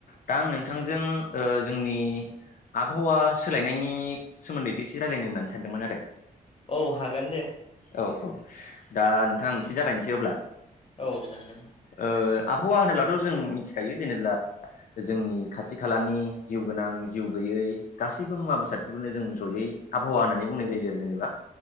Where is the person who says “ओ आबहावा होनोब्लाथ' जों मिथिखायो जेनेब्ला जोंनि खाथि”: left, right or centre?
Left